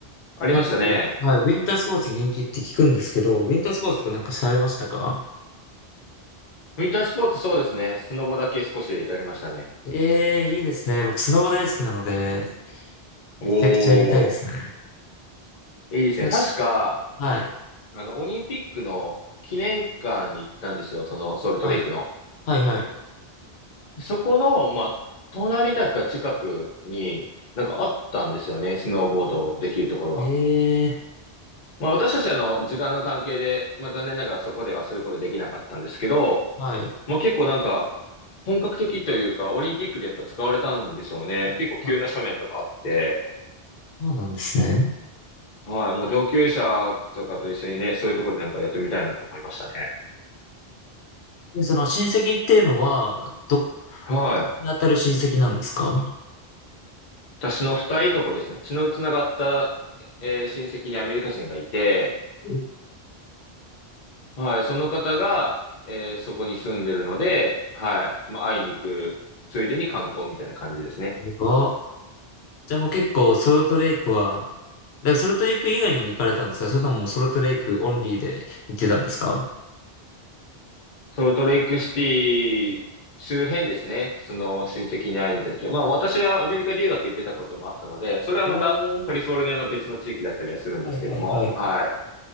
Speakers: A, on the left (about 50°); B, on the left (about 80°).
A: ありましたね。
B: なんか結構、はい、ウィンタースポーツ人気って聞くんですけど、ウィンタースポーツとかなんかされましたか
A: ウィンタースポーツそうですね、スノボだけ少しやりましたね。
B: ええー、いいですね。僕、スノボ大好きなので、
A: おー、
B: めちゃくちゃやりたいですね。
A: いいですね。
B: 私
A: 確か、
B: はい。
A: あの、オリンピックの記念館に行ったんですよ、そのソルトレイクの。
B: はい。はい、はい。
A: そこの、まあ、隣だか近くになんかあったんですよね、スノーボードできるところが。
B: ええ、
A: まあ、私たちあの、時間の関係で、まあ、残念ながらそこではすることできなかったんですけど、
B: はい。
A: まあ、結構なんか、本格的というか、オリンピックでやっぱ使われたんでしょうね。結構急な斜面とかあって、
B: あ、そうなんですね。
A: はい、もう上級者とかと一緒にね、そういうところでなんかやってみたいなと思いましたね。
B: で、その親戚っていうのは、ど、
A: はい。
B: どこに当たる親戚なんですか
A: 私の二いとこですね。血のつながった、えー親戚にアメリカ人がいて、
B: え、
A: はい、その方が、えーそこに住んでるので、はい、まあ、会いに行く、ついでに観光みたいな感じですね。
B: あ、じゃあもう結構ソルトレイクは、だからソルトレイク以外にも行かれたんですかそれとももうソルトレイクオンリーで行ってたんですか
A: ソルトレイクシティ周辺ですね。その親戚に会いに行った時は、まあ私はアメリカ留学行ってたこともあったので、それはまたカリフォルニアの別の地域だったりはするんですけども、
B: ええ、はいはいはい。
A: はい。